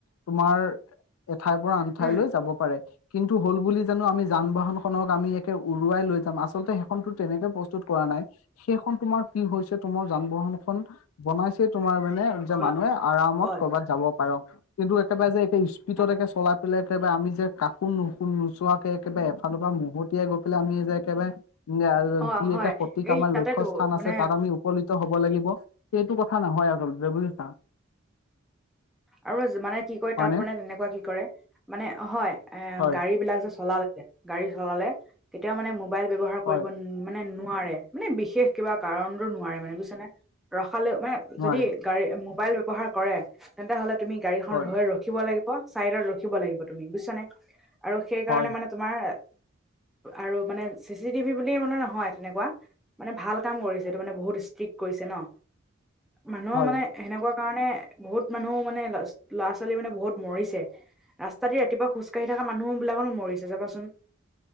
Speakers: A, on the left; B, in the centre.
A: তোমাৰ এঠাইৰ পৰা আন ঠাইলৈ
B: উম
A: যাব পাৰে। কিন্তু হ'ল বুলি জানো আমি যান-বাহনখনক আমি একে উৰুৱাই লৈ যাম। আচলতে সেইখনতো তেনেকে প্ৰস্তুত কৰা নাই। সেইখন তোমাৰ কি হৈছে তোমাৰ যান-বাহনখন বনাইছে তোমাৰ মানে যে
B: হয়
A: মানুহে আৰামত
B: হয়
A: কৰ'বাত যাব পাৰক। কিন্তু একেবাৰে যে একে স্পীডত
B: হয়
A: একে চলাত পেলে তে আমি যে কাকো নুশু নোচোৱাকে একেবাৰে এফালৰ পৰা মহতিয়াই গৈ পেলাই আমি যে একেবাৰে নে <unintelligible>
B: অ',
A: যি
B: হয়
A: একে সতিক
B: এই
A: আমাৰ
B: তাতেতো
A: লক্ষ্যস্থান আছে
B: মানে
A: পীত হ'ব লাগিব, সেইটো কথা নহয় আচলতে বুজিছা।
B: আৰু যিমানে কি কৰে
A: হয়নে
B: তাত মানে তেনেকুৱা কি কৰে মানে হয় এ
A: হয়
B: গাড়ীবিলাক যে চলালে গাড়ী চলালে কেতিয়াও মানে মোবাইল ব্যৱহাৰ
A: হয়
B: কৰিব মানে নোৱাৰে মানে বিশে কিবা কাৰণো নোৱাৰে মানে বুজিছা নে ৰখালৈ মানে
A: নোৱাৰে
B: যদি গাড়ী মোবাইল ব্যৱহাৰ কৰে তেন্তে হ'লে তুমি গাড়ীখন
A: হয়
B: ৰৈ ৰ খিব লাগিব চাইডত ৰখিব লাগিব তুমি বুজিছানে আৰু সেইকাৰণে
A: হয়
B: মানে তোমাৰ আৰু মানে চি চি টিভি বুলি মানে নহয় তেনেকুৱা মানে ভাল কাম কৰিছে এইটো মানে বহুত ষ্ট্ৰিক্ট কৰিছে ন? মানুহৰ
A: হয়
B: মানে সেনেকুৱা কাৰণে বহুত মানুহও মানে ল'ৰা-ছোৱালী মানে বহুত মৰিছে। ৰাস্তা দি ৰাতিপুৱা খোজ কাঢ়ি থকা মানুহবিলাকনো মৰিছে চাবাচোন।